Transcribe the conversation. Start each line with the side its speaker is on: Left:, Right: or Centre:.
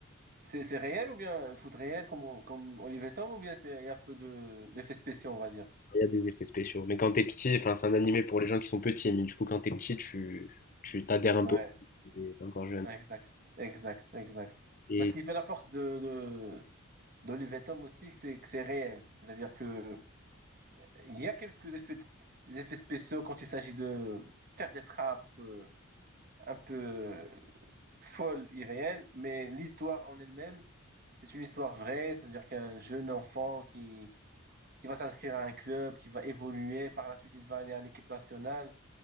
Right: C'est c'est réel ou bien foot réel comme, on- comme Olivier Tom ou bien c'est il y a un peu de d'effets spéciaux, on va dire.
Left: Il y a des effets spéciaux. Mais quand t'es petit, enfin, c'est un animé pour les gens qui sont petits, mais du coup, quand t'es petit, tu tu t'adhères un
Right: Ouais,
Left: peu au foot, si t'es encore
Right: ouais, exact, exact, exact.
Left: jeune.
Right: Parce qu'il fait la force de, de d'Olivier Tom aussi, c'est que c'est réel. C'est-à-dire que il y a quelques effets, des effets spéciaux quand il s'agit de faire des frappes euh, un peu euh, folles, irréelles, mais l'histoire en elle-même, c'est une histoire vraie, c'est-à-dire qu'un jeune enfant qui, qui va s'inscrire à un club, qui va évoluer, par la suite il va aller à l'équipe nationale.